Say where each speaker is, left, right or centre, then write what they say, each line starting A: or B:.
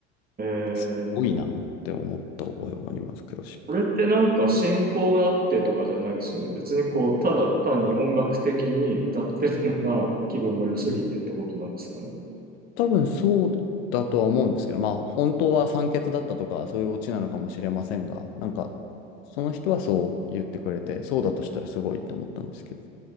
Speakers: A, on the right; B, on the left.
A: い。えー
B: すごいなって思った覚えもあります、クラシック。
A: これってなんか進行があってとかじゃないですよね。別にこう、ただ単に音楽的に歌ってるのが <laughs> 気分が良すぎてってことなんですかね。
B: うん多分そうだとは思うんですけど、まあ本当は酸欠だったとかそういうオチなのかもしれませんが、なんかその人はそう言ってくれて、そうだとしたらすごいって思ったんですけど。